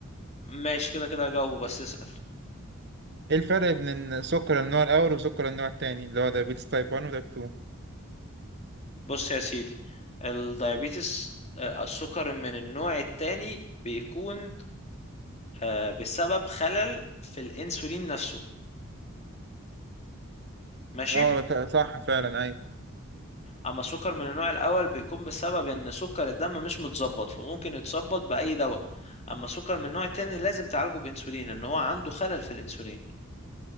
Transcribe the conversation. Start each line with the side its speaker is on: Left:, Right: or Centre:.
Left: ماشي كده كده جاوب بس اسأل
Right: ايه الفرق بين السكر النوع الاول وسكر النوع الثاني اللي هو دايابيتس تايب 1 وتايب 2
Left: بص يا سيدي الدايابيتس آه، السكر من النوع التاني بيكون آه، بسبب خلل في الانسولين نفسه ماشي
Right: اه ت- صح فعلا ايوه
Left: اما السكر من النوع الاول بيكون بسبب ان سكر الدم مش متظبط فممكن يتظبط باي دواء اما السكر من النوع التاني لازم تعالجه بانسولين ان هو عنده خلل في الانسولين